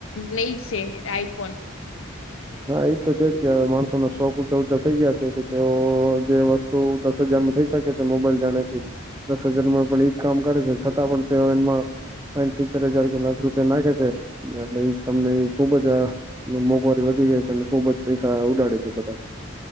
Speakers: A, on the left; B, on the right.
A: લઈ જશે આઈફોન.
B: હા એજ તો છે જ કે માણસોના શોખ ઊંચા ઊંચા થઈ ગયા છે કે તેઓ જે વસ્તુ તો દસ હજારમાં થઈ શકે છે મોબાઈલ જાણે કે દસ હજારમાં પણ એઈ જ કામ કરે છે છતાં પણ તેઓ એમાં પા સિત્તેર હજાર કે લાખ રૂપિયા નાખે છે એટલે એ તમને એ ખુબજ આ મોકો વધી ગયા છે અને ખુબ જ પૈસા ઉડાડે છે બધા